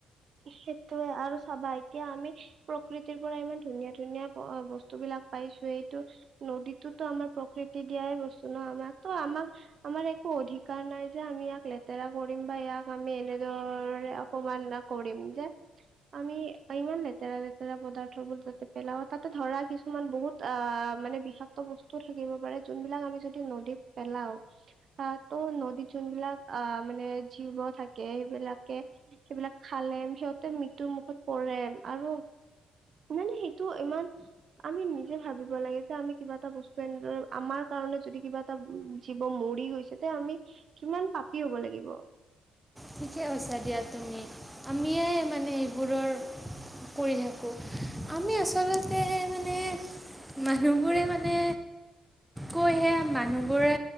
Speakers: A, on the right (about 55°); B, in the centre.
A: সেইটোয়ে আৰু চাবা এতিয়া আমি প্ৰকৃতিৰ পৰা ইমান ধুনীয়া ধুনীয়া ব বস্তুবিলাক পাইছোঁ, এইটো নদীতোতো আমাৰ প্ৰকৃতি দিয়াই বস্তু ন' আমাক। ত' আমাক আমাৰ একো অধিকাৰ নাই যে আমি ইয়াক লেতেৰা কৰিম বা ইয়াক আমি এনেদৰে অপমাননা কৰিম যে আমি ইমান লেতেৰাৰে <unintelligible> পদাৰ্থবোৰ যাতে পেলাৱাত তাতে ধৰা কিছুমান বহুত আ, মানে বিষাক্ত বস্তু থাকিব পাৰে যোনবিলাক আমি যদি নদীত পেলাও। তাতো নদীত যোনবিলাক আ, মানে জীৱ থাকে সেইবিলাকে সেইবিলাক খালে সিহঁতে মৃত্যুৰ মুখত পৰে আৰু নাই নাই সেইটো ইমান আমি নিজে ভাবিব লাগে যে আমি কিবা এটা বস্তু এনেদৰে, আমাৰ কাৰণে যদি কিবা এটা জীৱ মৰি গৈছে তে আমি কিমান পাপি হ'ব লাগিব।
B: ঠিকে কৈছা দিয়া তুমি। আমিয়ে মানে এইবোৰৰ কৰি থাকোঁ। আমি আচলতে মানে, মানুহবোৰে মানে কৈহে মানুহবোৰে